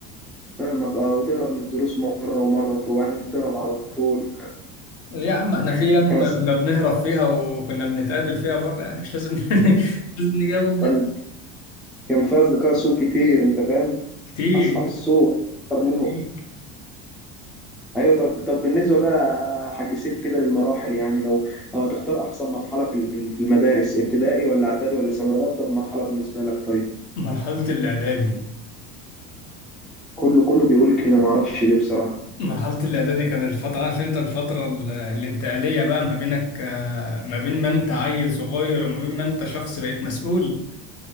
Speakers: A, in the centre; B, on the left (about 45°).
A: فاهمك اه وتهرب من الدروس مرة ومرة تروح يعني مش بتهرب على طول
B: ليه يا عم احنا
A: <laughs>
B: في ايام
A: خلاص
B: كنا بنهرب فيها وكنا بنتقابل فيها بره يعني مش لازم <laughs> مش لازم نجاوب بقى
A: كان كان في اصدقاء سوء كتير انت فاهم
B: كتير
A: اصحاب السوء اكتر منهم
B: كتير
A: ايوه طب طب بالنسبه بقى حاج سيف كده للمراحل يعني لو لو هتختار احسن مرحله في ال- في ال- في المدارس ابتدائي ولا اعدادي ولا ثانوي إيه افضل مرحله بالنسبه لك طيب
B: مرحلة الاعدادي
A: كله كله بيقول كده ما اعرفش ليه بصراحه
B: مرحلة الإعدادي كان الفترة عارف أنت الفترة ال- الانتقالية بقى ما بينك آه، ما بين ما أنت عيل صغير وما بين ما أنت شخص بقيت مسؤول